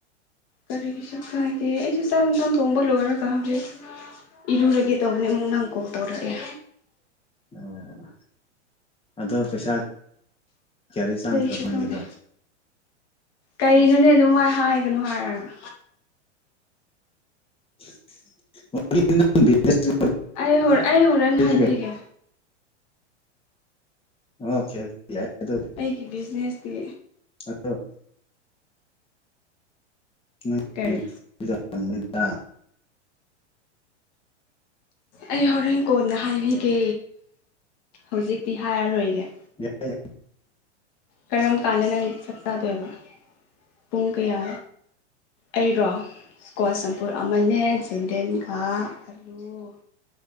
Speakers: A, on the left; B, on the left.
A: ꯀꯔꯤꯒꯤꯁꯨ ꯀꯥꯏꯗꯦ ꯑꯩꯁꯨ ꯆꯥꯛ ꯍꯤꯟꯖꯥꯡ ꯊꯣꯡꯕ ꯂꯣꯏꯔꯒ ꯍꯧꯖꯤꯛ ꯏꯔꯨꯔꯒꯦ ꯇꯧꯕꯅꯦ ꯑꯃꯨꯛ ꯅꯪ ꯀꯣꯜ ꯇꯧꯔꯛꯑꯦ
B: ꯑꯣ ꯑꯗꯣ ꯄꯩꯁꯥ ꯀꯌꯥꯗꯤ ꯆꯪꯈ꯭ꯔꯕ
A: ꯀꯔꯤꯁꯨ
B: ꯅꯪꯒꯤꯗꯣ
A: ꯇꯧꯗꯦ ꯀꯩꯅꯣꯅꯦ ꯑꯗꯨꯃꯥꯏ ꯍꯥꯏꯒꯅꯨ ꯍꯥꯏꯔꯒ
B: <unintelligible>
A: ꯑꯩ ꯍꯧꯔ ꯑꯩ ꯍꯣꯔꯦꯟ
B: ꯑꯩꯅ
A: ꯍꯥꯏꯕꯤꯒꯦ
B: ꯀꯩ ꯑꯣꯀꯦ ꯑꯗꯨꯗꯤ ꯌꯥꯏ ꯑꯗꯨꯗꯤ
A: ꯑꯩꯒꯤ ꯕꯤꯖꯤꯅꯦꯁꯀꯤ
B: ꯑꯗꯣ ꯅꯪ
A: ꯀꯔꯤ
B: <unintelligible>
A: ꯑꯩ ꯍꯣꯔꯦꯟ ꯀꯣꯟꯅ ꯍꯥꯏꯕꯤꯒꯦ ꯍꯧꯖꯤꯛꯇꯤ ꯍꯥꯏꯔꯔꯣꯏꯒꯦ
B: ꯌꯥꯏ ꯌꯥꯏ
A: ꯀꯔꯝ ꯀꯥꯟꯗ ꯅꯪ ꯆꯥꯛ ꯆꯥꯗꯣꯏꯕ ꯄꯨꯡ ꯀꯌꯥ ꯑꯩꯔꯣ ꯀꯣꯟꯁꯝ ꯄꯨꯔ ꯑꯃꯅꯦ ꯖꯦꯟꯗꯦꯟꯒ ꯑꯂꯨ